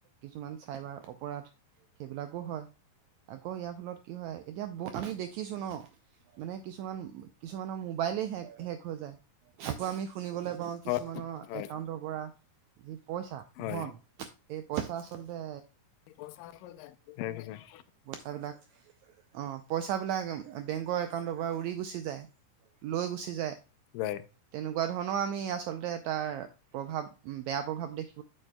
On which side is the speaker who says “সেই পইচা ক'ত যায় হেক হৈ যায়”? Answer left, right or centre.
Left